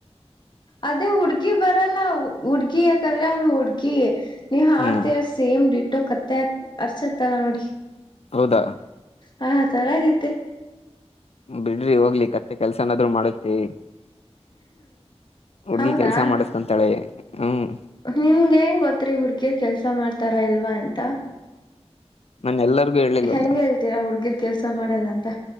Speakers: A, on the left; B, on the left.
A: ಅದೇ ಹುಡ್ಗಿ ಬರಲ್ಲ ಹುಡ್ಗಿ ಯಾಕಂದ್ರೆ ಅವ್ಳು ಹುಡ್ಗಿ ನೀ ಹಾಡ್ತರ
B: ಹ್ಮ್
A: ಸೇಮ್ ಟ್ಟೋ ಕತ್ತ ಅರ್ಸತ್ತಲ್ಲಾ ನೋಡಿ
B: ಹೌದಾ
A: ಹಾ ಚರಗತೆ
B: ಬಿಡ್ರಿ ಹೋಗ್ಲಿ ಕತ್ತೆ ಕೆಲ್ಸ ನಾದ್ರು ಮಾಡುತ್ತಿ ಹುಡ್ಗಿ
A: ಹೌದಾ
B: ಕೆಲ್ಸ ಮಾಡಸ್ಕೊಂತಾಳೆ ಹ್ಮ್
A: ನಿಮ್ಗೆ ಏನ್ರಿ ಗೊತ್ರಿ ಹುಡ್ಗಿರ್ ಕೆಲ್ಸ ಮಾಡ್ತಾರ ಇಲ್ವಾ ಅಂತ.
B: ನನ್ನ ಎಲ್ಲರಿಗೂ ಹೇಳಿಲ್ವಲ್ಲ
A: ಹೆಂಗ ಹೇಳ್ತೀರಾ ಹುಡ್ಗಿರ್ ಕೆಲ್ಸ ಮಾಡಲ್ಲ ಅಂತ.